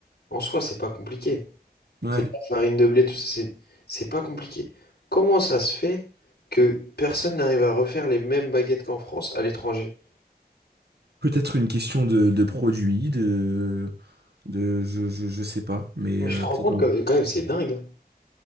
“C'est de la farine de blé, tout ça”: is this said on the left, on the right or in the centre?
Left